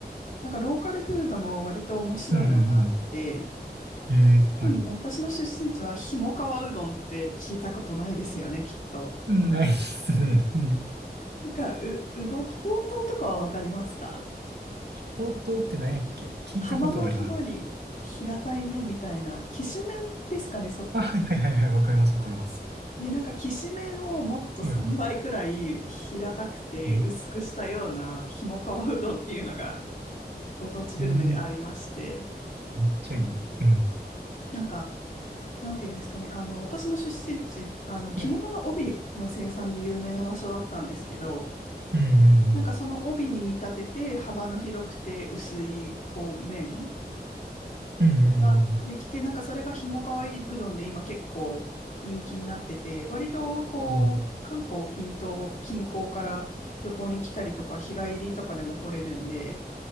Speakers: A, on the left (about 50°); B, on the right (about 80°).
A: なんかローカルフードも割と面白いのがあって、
B: うんうんうん。ええはい。
A: 特に私の出身地はひもかわうどんって聞いたことないですよね、きっと。
B: ないっすね。うん。
A: なんかう、うどん、ほうとうとかはわかりますか
B: ほうって何やっけ聞いたことはあります。
A: 幅の広い平たい麺みたいな、きしめんですかね、そっ
B: あ、はいはいはいはい。わかりますわかります。
A: で、なんか、きしめんをもっと3倍くらい平たくて薄くしたようなひもかわうどんっていうのが
B: はいはい。いい
A: ご当地グルメでありまして、
B: いいめっちゃいい。うん。
A: なんか、なんていうんですかね、あの、私の出身地、あの、着物の帯の生産で有名な場所だったんですけど、
B: うんうん
A: なんかその帯に見立てて幅の広くて薄いこう麺
B: うんうん。うんうん
A: ができて、なんかそれがひもかわいうどんで今結構人気になってて、割とこう、
B: うんうん。
A: 韓国近東、近郊から旅行に来たりとか、日帰りとかでも来れるんで、